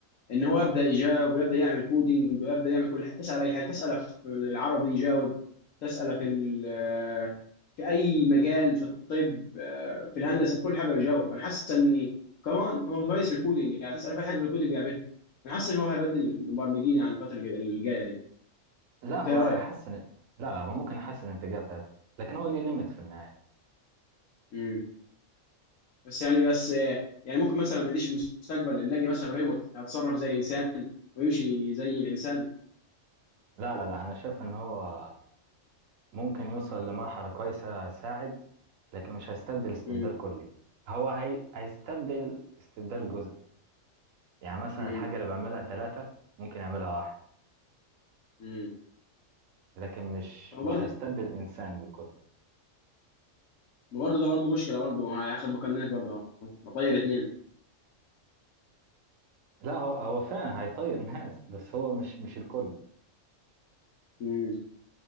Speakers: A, on the left; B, on the right.
A: ان هو يبدا يجاوب ويبدا يعمل كودينج ويبدا يعمل كل حاجه تسال اي حاجه تساله في العربي يجاوب تساله في ال- في اي مجال في الطب آه، في الهندسه في كل حاجه بيجاوب انا حاسس ان كمان هو متميز في الكودينج يعني تساله في اي حاجه في الكودينج بيعملها انا حاسس ان هو هيبدل المبرمجين يعني الفتره الج- الجايه دي
B: لا
A: انت
B: هو
A: ايه
B: هيحسن
A: رايك؟
B: لا لا هو ممكن يحسن الإنتاجية بتاعته لكن هو ليه ليميت في النهاية
A: امم بس يعني بس آه، يعني ممكن مثلا ما يجيش في المستقبل اللي اجي مثلا روبوت هيتصرف زي الانسان ويمشي زي الانسان
B: لا لا لا أنا شايف إن هو ممكن يوصل لمرحلة كويسة هيساعد لكن مش هيستبدل استبدال
A: امم
B: كلي هو هي... هيستبدل استبدال جزئي يعني مثلا
A: امم
B: الحاجة اللي بعملها ثلاثة ممكن يعملها واحد
A: امم
B: لكن مش
A: هو
B: مش
A: برضه
B: هيستبدل الانسان بالكل
A: ما برضه ده برضه مشكله برضه هو هياخد بقى برضه بطير اتنين
B: لا هو هو فعلا هيطير <laughs> ناس بس هو مش مش الكل
A: امم